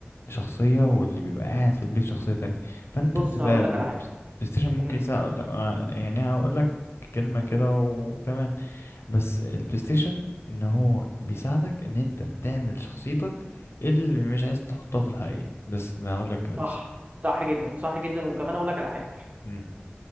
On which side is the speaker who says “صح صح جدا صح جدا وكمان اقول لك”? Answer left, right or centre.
Right